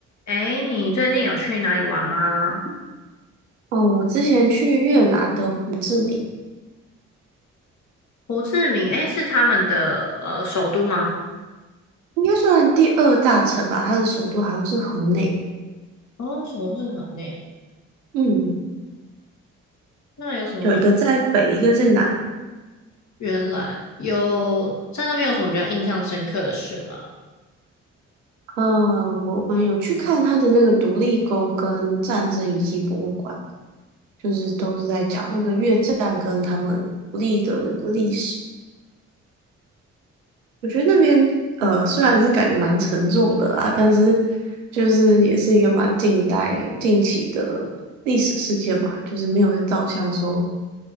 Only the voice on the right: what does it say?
哦，我之前去越南的胡志明，
应该算第二大城吧，它的首都好像是河内。
嗯，
有一个在北，一个在南。
嗯，我们有去看它的那个独立宫跟战争遗迹博物馆，就是都是在讲那个越战跟他们独立的那个历史。我觉得那边呃，虽然是感觉蛮沉重的啦，但是就是也是一个蛮近代近期的历史事件嘛，就是没有照相说